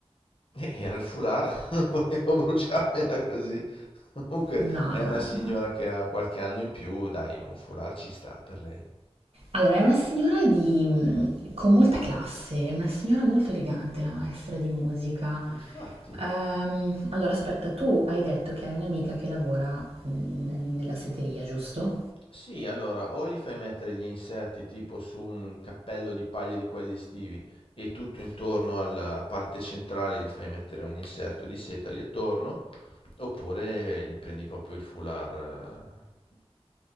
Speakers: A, on the left; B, on the right.
A: eh, era il foulard, <laughs> non volevo bruciarmela così. Comunque
B: No,
A: è
B: no,
A: una signora
B: no.
A: che ha qualche anno in più, dai, un foulard ci sta per lei.
B: Allora, è una signora di, mh, con molta classe, è una signora molto elegante, la maestra di musica.
A: Infatti.
B: Ehm, allora, aspetta, tu hai detto che hai un'amica che lavora mh, nella setteria, giusto?
A: Sì, allora, o gli fai mettere gli inserti tipo su un cappello di paglia di quelli estivi e tutto intorno alla parte centrale gli fai mettere un inserto di seta lì attorno, oppure gli prendi proprio il foulard, eh,